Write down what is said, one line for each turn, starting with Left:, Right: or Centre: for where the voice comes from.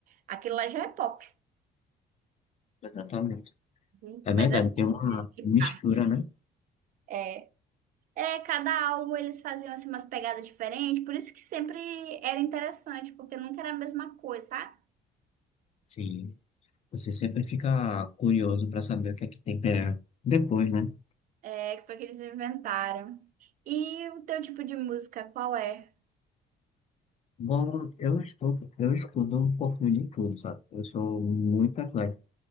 Right: Aquilo lá já é pop,
Left: Exatamente.
Right: Uhum.
Left: É verdade,
Right: mas é top,
Left: tem uma
Right: Linkin
Left: mistura,
Right: Park.
Left: né?
Right: É, é, cada álbum eles faziam assim, umas pegadas diferentes, por isso que sempre era interessante, porque nunca era a mesma coisa, sabe?
Left: Sim. Você sempre fica curioso pra saber o que é que tem pra- depois, né?
Right: É, que foi que eles inventaram. E o teu tipo de música, qual é?
Left: Bom, eu estudo, eu estudo um pouquinho de tudo, sabe? Eu sou muito eclético.